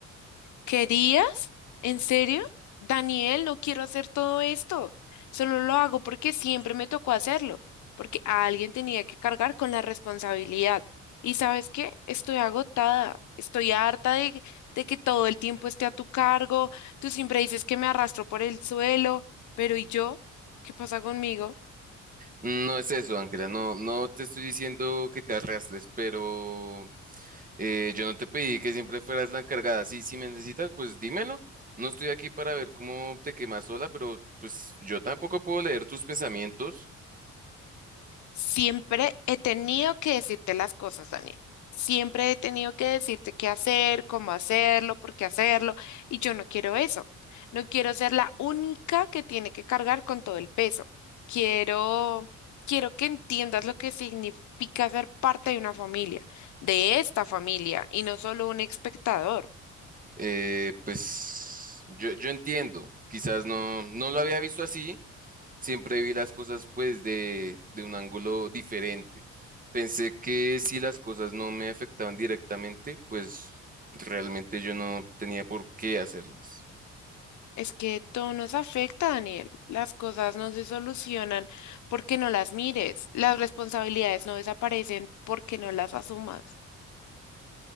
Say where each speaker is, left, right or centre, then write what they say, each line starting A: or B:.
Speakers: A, on the left; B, on the right.
A: ¿Querías? ¿En serio? Daniel, no quiero hacer todo esto. Solo lo hago porque siempre me tocó hacerlo, porque a alguien tenía que cargar con la responsabilidad. ¿Y sabes qué? Estoy agotada. Estoy harta de, de que todo el tiempo esté a tu cargo. Tú siempre dices que me arrastro por el suelo, pero ¿y yo? ¿Qué pasa conmigo?
B: No es eso, Ángela, no, no te estoy diciendo que te arrastres, pero eh, yo no te pedí que siempre fueras la encargada. Sí, si me necesitas, pues dímelo. No estoy aquí para ver cómo te quemas sola, pero pues yo tampoco puedo leer tus pensamientos.
A: Siempre he tenido que decirte las cosas, Daniel. Siempre he tenido que decirte qué hacer, cómo hacerlo, por qué hacerlo, y yo no quiero eso. No quiero ser la única que tiene que cargar con todo el peso. Quiero, quiero que entiendas lo que significa ser parte de una familia, de esta familia, y no solo un espectador.
B: Eh, pues yo, yo entiendo, quizás no, no lo había visto así, siempre vi las cosas pues de, de un ángulo diferente. Pensé que si las cosas no me afectaban directamente, pues realmente yo no tenía por qué hacerlas.
A: Es que todo nos afecta, Daniel. Las cosas no se solucionan porque no las mires. Las responsabilidades no desaparecen porque no las asumas.